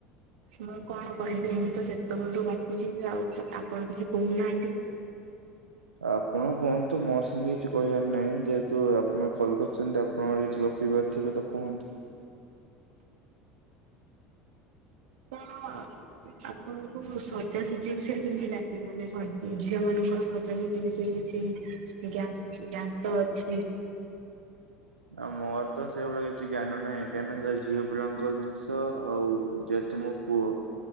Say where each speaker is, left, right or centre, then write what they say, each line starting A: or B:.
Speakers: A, on the right; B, on the right.
A: ମୁଁ କଣ କହିବି ମୁଁ ତ ସେତେବେଳଠୁ ଗପୁଛି ଆଉ ଆପଣ କିଛି କହୁନାହାନ୍ତି।
B: ଆପଣ କୁହନ୍ତୁ ମୋର ସେମିତି କିଛି କହିବାର ନାହିଁ ଯେହେତୁ ଆପଣ କଲ୍ କରିଛନ୍ତି। କଣ କିଛି ଗପିବାର ଥିବତ କୁହନ୍ତୁ?
A: <unintelligible> ଆପଣଙ୍କୁ ସଜାସଜି ବିଷୟରେ କେମିତି ଲାଗେ ମାନେ ସ ଝିଅ ମାନଙ୍କର ସଜାସଜି ବିଷୟରେ କିଛି ଜ୍ଞା ଜ୍ଞାତ ଅଛି?
B: ଆଁ ମୋରତ ସେଇଭଳିଆ କିଛି ଜ୍ଞାନ ନାହିଁ କାହିଁକି ନା ସେରା ଝିଅ ପିଲାଙ୍କ ଜିନିଷ ଆଉ ତ ମୁଁ ପୁଅ